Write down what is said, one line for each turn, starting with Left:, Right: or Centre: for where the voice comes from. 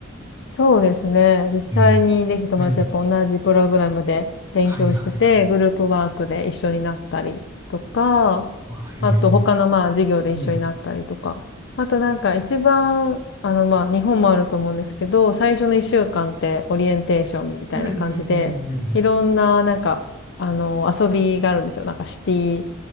Left: そうですね。実際にできた友達やっぱ同じプログラムで勉強してて、
Right: ええうん。はいはいはい。
Left: グループワークで一緒になったりとか、
Right: あ、へえ。
Left: あと他のまあ授業で一緒になったりとか。
Right: うん。
Left: あとなんか一番、あのまあ日本もあると思うんですけど、最初の一週間ってオリエンテーションみたいな感じで、
Right: うんうんうんうん。
Left: いろんななんか、あの遊びがあるんですよ。なんかシティ、